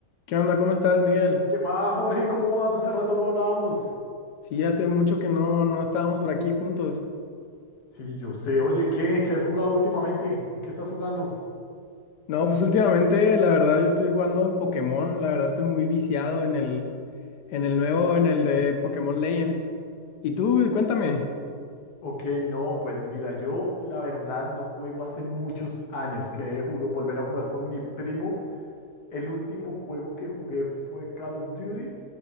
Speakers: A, on the left; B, on the left.
A: ¿Qué onda? ¿Cómo estás, Miguel?
B: ¿Qué más, Jorge? ¿Cómo vas? Hace rato no hablábamos.
A: Sí, hace mucho que no, no estábamos por aquí juntos.
B: Sí, yo sé. Oye, ¿qué? ¿Qué has jugado últimamente? ¿En qué estás jugando?
A: No, pues últimamente, la verdad, yo estoy jugando Pokémon. La verdad, estoy muy viciado en el, en el nuevo, en el de Pokémon Legends. Y tú, cuéntame.
B: Ok, no, pues mira, yo la verdad no juego hace muchos años. Quedé de jugar- volver a jugar con mi primo. El último juego que jugué fue Call of Duty